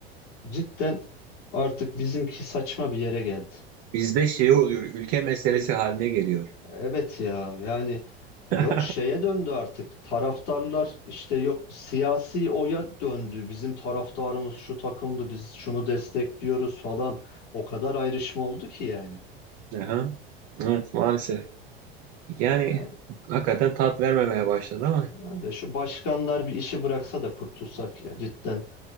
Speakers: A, on the left; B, on the right.
A: cidden artık bizimki saçma bir yere geldi.
B: Bizde şey oluyor ülke meselesi haline geliyor.
A: Evet ya yani yok
B: <laughs>
A: şeye döndü artık taraftarlar işte yok siyasi oya döndü bizim taraftarımız şu takımdı biz şunu destekliyoruz falan o kadar ayrışma oldu ki yani.
B: Aha. Evet maalesef. Yani
A: Yani
B: hakikaten tat vermemeye başladı ama
A: öyle şu başkanlar bir işi bıraksa da kurtulsak ya cidden